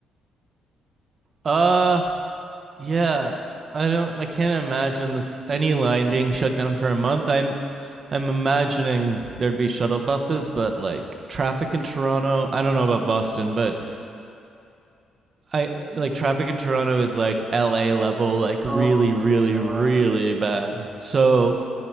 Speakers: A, on the right; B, on the right.
A: Uh, yeah. I don't. I can't imagine this any line being shut down for a month. I'm, I'm imagining there'd be shuttle buses, but like traffic in Toronto. I don't know about Boston, but I like traffic in Toronto is like L.A. level, like
B: Oh
A: really,
B: my
A: really,
B: God.
A: really bad. So